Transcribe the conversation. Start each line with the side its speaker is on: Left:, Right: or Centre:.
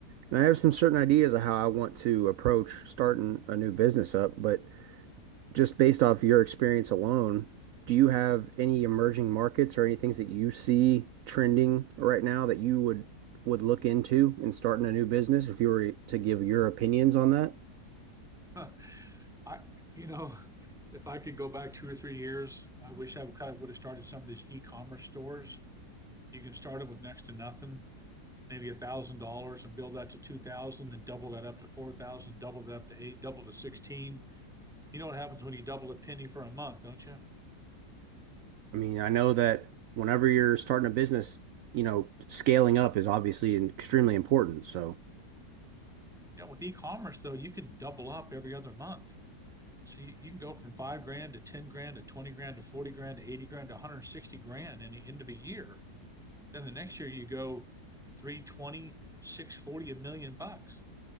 Right: and I have some certain ideas of how I want to approach starting a new business up, but just based off your experience alone, do you have any emerging markets or any things that you see trending right now that you would would look into in starting a new business if you were to give your opinions on that?
Centre: Huh. I, you know, if I could go back two or three years, I wish I kind of would have started some of these e-commerce stores. You can start them with next to nothing, maybe a thousand dollars, and build that to two thousand, dollars, then double that up to four thousand, dollars, double that up to eight, thousand dollars, double to sixteen. thousand dollars. You know what happens when you double a penny for a month, don't you?
Right: I mean, I know that whenever you're starting a business, you know, scaling up is obviously extremely important. So,
Centre: Yeah, with e-commerce though, you can double up every other month. So you, you can go from five grand to ten grand to twenty grand to forty grand to eighty grand to one hundred sixty grand in the end of a year. Then the next year you go three twenty six forty a million bucks